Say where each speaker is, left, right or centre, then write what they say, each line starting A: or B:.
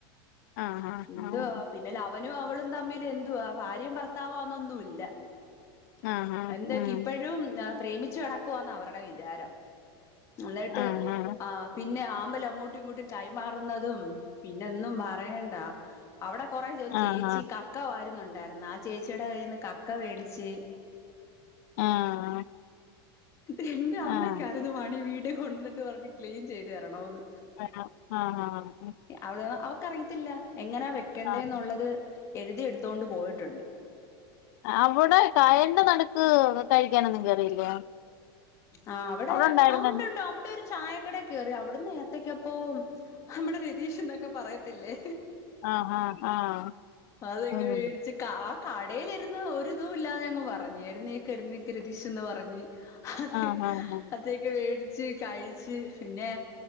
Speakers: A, on the left; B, on the left.
A: ആഹ്
B: എന്തുവാ
A: ആഹ്
B: പിന്നല്ലെ അവനും അവളും തമ്മില് എന്തുവാ ഭാര്യേം ഭർത്താവാന്നൊന്നുല്ല
A: ആഹ് ആഹ്
B: എന്തൊക്കെ
A: ഉം
B: ഇപ്പഴും പ്രേമിച്ചു നടക്കുവാ ന്ന അവരുടെ വിചാരം ന്ന്ട്ട്
A: ആഹ്
B: ആ പിന്നെ ആമ്പലങ്ങോട്ടും ഇങ്ങോട്ടും കൈമാറുന്നതും പിന്നൊന്നും പറയണ്ട അവടെ കൊറേ ഒരു ചേച്ചി
A: ആഹ്
B: കക്ക വാരുന്നുണ്ടായിരുന്നു ആ ചേച്ചിടെ കയ്യ്ന്ന് കക്ക വേടിച്ച്
A: ആഹ്
B: ത് എന്റെ
A: ആഹ്
B: അമ്മക്ക്
A: ആഹ്
B: ആരോ <unintelligible> പർഞ്ഞു ക്ലീൻ ചെയ്ത് തെരണോന്ന്
A: ആ ആഹ ആഹ
B: അവള് അവക്കറിയത്തില്ല എങ്ങനാ വെക്കണ്ടേന്നുള്ളത്
A: ആഹ്
B: എഴുതിയെടുത്തോണ്ട് പോയിട്ടുണ്ട്
A: അവടെ കായൽന്റെ നടുക്ക് കഴിക്കാനൊന്നും കേറിയില്ലേ
B: ആ അവടെ
A: അവിടെ ഉണ്ടായിരുന്നല്ലോ
B: ആ ഉണ്ട് ഉണ്ട് അവടൊര് ചായക്കടേ കേറി അവ്ട്ന്ന് ഏത്തക്കപ്പോം നമ്മടെ രതീഷ് ന്നൊക്കെ പറയത്തില്ലേ
A: ആഹ് ആഹ്
B: അതൊക്കെ
A: ആഹ് ഉം
B: വേടിച്ച് ആ കടേലിരുന്ന് ഒരിതും ഇല്ലാതങ് പറഞ് എഴുന്നേക്ക് എഴുന്നേക്ക് രെതീഷെന്ന് പറഞ്ഞ് അത്
A: ആഹ് ആഹ് ആഹ്
B: അതൊക്കെ വേടിച്ച് കഴിച്ച് പിന്നെ